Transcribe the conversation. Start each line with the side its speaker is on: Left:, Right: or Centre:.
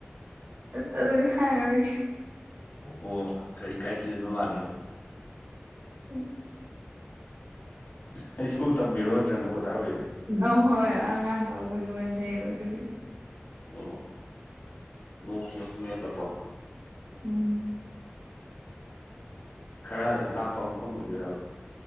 Right: ꯑꯁ ꯑꯗꯨꯗꯤ ꯍꯥꯏꯔꯔꯣꯏꯒꯦ
Left: ꯑꯣ ꯑꯣ ꯀꯔꯤ ꯏꯀꯥꯏꯊꯤꯒꯟꯕ ꯃꯥꯜꯂꯦꯕ
Right: ꯎꯝ
Left: ꯍꯥꯏꯗꯤ ꯁ꯭ꯀꯨꯜ ꯇꯝꯕꯤꯔꯣ ꯅꯠꯇ꯭ꯔꯅ ꯑꯣꯖꯥ ꯑꯣꯏꯔꯤꯔꯣ
Right: ꯑꯍꯣꯏ ꯑꯉꯥꯡ ꯇꯥꯎꯕꯒꯤ ꯑꯣꯏꯅ ꯂꯩꯕ ꯑꯗꯨꯒꯤ
Left: ꯑꯣ ꯅꯣꯡ ꯃꯪꯉꯦꯕꯀꯣ
Right: ꯎꯝ
Left: ꯈꯔ ꯂꯥꯞꯄ ꯃꯐꯝ ꯑꯣꯏꯗꯣꯏꯔꯕ